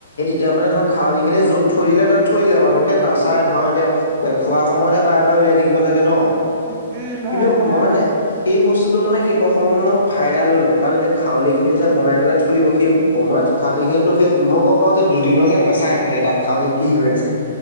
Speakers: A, on the left (about 75°); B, on the right (about 40°).
A: এতিয়া মানে ধৰক খাৱলি খিনি যত থৈ দিলে তাত থৈ দিলে মানুহকে নাচাই ধৰ এতিয়া খোৱাৰ সময়তহে বায় বাৰে <unintelligible> থাকিব লাগে ন,
B: উম উম
A: কিন্তু
B: হয় হয়
A: মই মানে,
B: অ
A: সেইবস্তুটো মানে সে <unintelligible> ফাইদা লৈ লওঁ, কাৰণ এতিয়া খাৰলিখিনি যেতিয়া বনাই পেলাই থৈ দিব, সেই বনোৱা খাৰলিখিনিতো সেই মই গম পাওঁ যে দুদিনলে নাচাই মানে তাত খাওঁল কি হৈ আছে